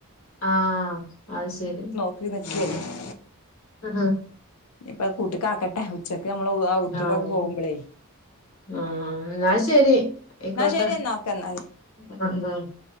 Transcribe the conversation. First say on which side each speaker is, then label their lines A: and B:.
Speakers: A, on the left (about 65°); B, on the left (about 80°).
A: ആഹ് അത് ശരി
B: ഒരു പക്ഷെ
A: ആഹ്
B: ഇനിയിപ്പ കൂട്ട്ക്കാക്കട്ടെ ഉച്ചക്ക് നമ്മള് ഔത്ത്ക്കൊക്കെ
A: ആഹ്
B: പോകുമ്പളേ
A: ആഹ് എന്നാ ശരി
B: എന്നാ
A: ആയിക്കോട്ടെ
B: ശരി എന്നാ ഓക്കെ എന്നാല്
A: <unintelligible>